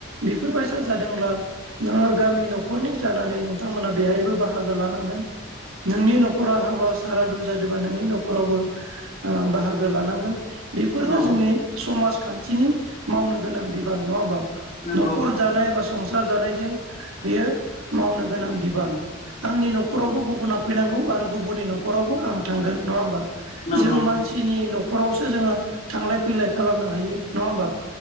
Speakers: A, on the right; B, on the left.
A: बेफोरबायसा जादोंब्ला नोङो गामि न'खरनि जानानै नोंथांमोनहा बेहायबो बाहागो लानांगोन नोंनि न'खरा हाबा सारादु जादोंबा नोंनि न'खरावबो ओ बाहागो लानांगोन बेफोरनो
B: औ
A: जोंनि समाजखान्थिनि मावनो गोनां बिबान नङा होमबा
B: नंगौ
A: न'खर जानाय बा संसार जानायजों बेयो मावनो गोनां बिबान आंनि न'खरावबो
B: औ नंगौ
A: गुबुना फैनांगौ आरो गुबुननि न'खरावबो आं थांगोन नङा होमबा जों
B: नंगौ
A: मानसिनि न'खरावसो जोङो थांलाय फैलाय खालामनो हायो नङा होमबा